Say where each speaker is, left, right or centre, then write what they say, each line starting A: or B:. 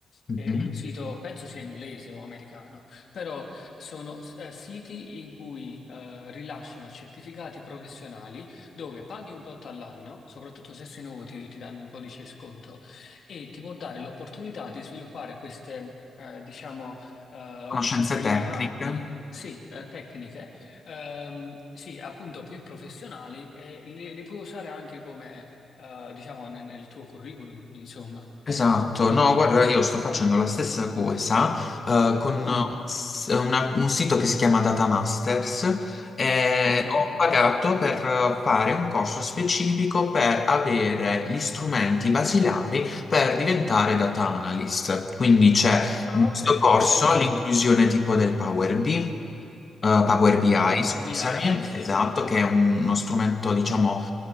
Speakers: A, on the left; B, on the left.
A: Mhm.
B: che è un sito, penso sia inglese o americano, però sono eh, siti in cui eh, rilasciano certificati professionali dove paghi un tot all'anno, soprattutto se sei nuovo ti, ti danno un codice sconto e ti può dare l'opportunità di sviluppare queste, eh, diciamo, eh,
A: Conoscenze
B: i
A: tecniche.
B: tratti, sì, eh, tecniche Ehm, sì, appunto più professionali e li, li puoi usare anche come, eh, diciamo, ne- nel, tuo curriculum, insomma.
A: Esatto, no, guarda, io sto facendo la stessa cosa eh, con
B: Mm.
A: s- una- un sito che si chiama Data Masters e
B: Ok,
A: ho pagato per fare un corso specifico per avere gli strumenti basilari per diventare data analyst. Quindi c'è
B: ah,
A: in questo
B: ok,
A: corso
B: perfetto.
A: l'inclusione tipo del Power BI, eh, Power BI,
B: Ah, Power
A: scusami,
B: BI, sì,
A: esatto, che è un- uno strumento, diciamo,